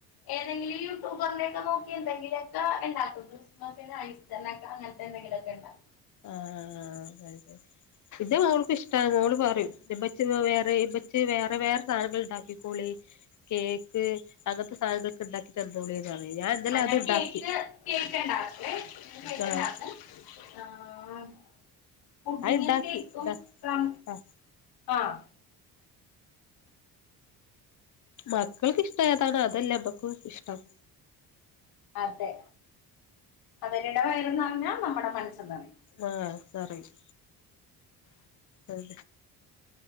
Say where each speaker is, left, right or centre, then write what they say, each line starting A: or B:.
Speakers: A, on the left (about 70°); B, on the left (about 50°).
A: ഏതെങ്കിലും യൂട്യൂബറിന്റെക്കെ നോക്കി എന്തെങ്കിലൊക്കെ ഇണ്ടാക്കും ക്രിസ്മസിന് ഐസ്നക്ക അങ്ങൻത്തെന്തങ്കിലൊക്കെ ഇണ്ടാവും.
B: ആഹ ആഹ് ആഹ് അതെ ഇന്റെ മോൾക്ക് ഇഷ്ട മോള്
A: ശരി
B: പറയും ഇമ്മ ച്ചി വേറെ ഇമ്മച്ചി വേറെവേറെ സാനങ്ങൾണ്ടാക്കിക്കോളി കേക്ക് അങ്ങൻത സാനങ്ങൾക്കെണ്ടാ തന്നോളി പറി ഞാൻ ഇന്നലെ
A: ആ
B: അത്
A: ഞാൻ
B: ഇണ്ടാക്കി
A: കേക്ക് കേക്ക്ണ്ടാക്കൊ ഞാൻ കേക്ക്ണ്ടാക്കും
B: ആഹ്
A: ആഹ് പുഡിങ്ങോ,
B: അത് ഇണ്ടാക്കി
A: കേക്കോ
B: ഇണ്ടാ
A: ഇഷ്ടം?
B: ആഹ്
A: ആഹ്
B: മക്കൾക്ക് ഇഷ്ടേതാണ് അതല്ലേ അമ്മക്കൂ ഇഷ്ടം.
A: അതെ അവരുടെ വയറുംനറഞ്ഞ നമ്മടെ മനസ്സും നെറയും
B: ആഹ പറിയും അതെ